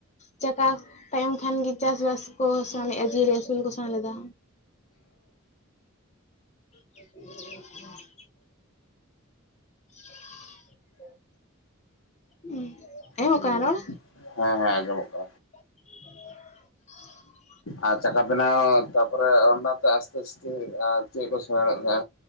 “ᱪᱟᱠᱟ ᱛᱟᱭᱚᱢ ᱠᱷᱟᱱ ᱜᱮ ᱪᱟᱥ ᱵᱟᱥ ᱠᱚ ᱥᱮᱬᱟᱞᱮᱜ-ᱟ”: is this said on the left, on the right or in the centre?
Left